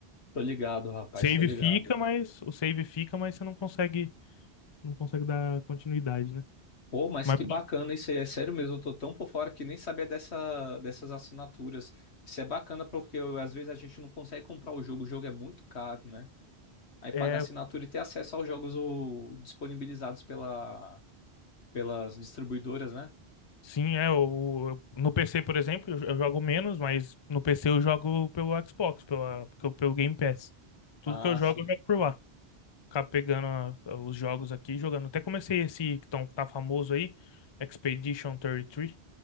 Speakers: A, on the left; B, on the left.
A: Tô ligado, rapaz,
B: Save
A: tô ligado.
B: fica, mas o save fica, mas você não consegue, não consegue dar continuidade, né?
A: Pô, mas
B: Mas
A: que
B: pô,
A: bacana isso aí. É sério mesmo, eu tô tão por fora que nem sabia dessa, dessas assinaturas. Isso é bacana porque eu- às vezes a gente não consegue comprar o jogo, o jogo é muito caro, né? Aí pagar
B: é,
A: assinatura e ter acesso aos jogos o- disponibilizados pela, pelas distribuidoras, né?
B: sim, é o eu- no PC, por exemplo, eu, eu jogo menos, mas no PC eu jogo pelo Xbox, pela, pelo, pelo Game Pass. Tudo
A: Ah,
B: que eu jogo,
A: sim.
B: eu jogo por lá. Acabo pegando a- a- os jogos aqui e jogando. Até comecei esse que tão, tá famoso aí, Expedition 33.